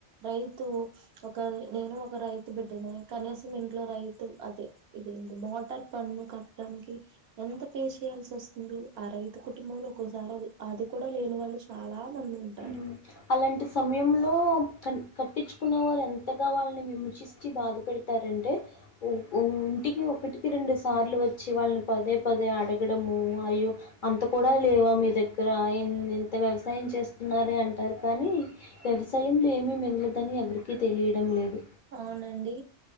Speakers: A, on the right; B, on the left.
A: రైతు ఒక నేను ఒక రైత్ రైతు బిడ్డనే కనీసం ఇంట్లో రైతు అదే ఇదేంటి మోటార్ పన్ను కట్టడానికి ఎంత పే చేయాల్సి వస్తుంది ఆ రైతు కుటుంబంలో ఒక్కోసారి అది కూడా లేని వాళ్ళు చాలా మంది ఉంటారు
B: హ్మ్. అలాంటి సమయంలో కన్ కట్టించుకునే వారు ఎంతగా వాళ్ళని హింసించి న్చి బాధపెడతారు అంటే ఉ ఉ ఇంటికి ఒకటికి రెండు సార్లు వచ్చి వాళ్ళని పదే పదే అడగడము అయ్యో అంత కూడా లేవా మీ దగ్గర ఇంత వ్యవసాయం చేస్తూ న్నారే అంటారు కానీ వ్యవసాయంలో ఏమీ మిగలదని ఎవరికీ తెలియడం లేదు
A: అవునండి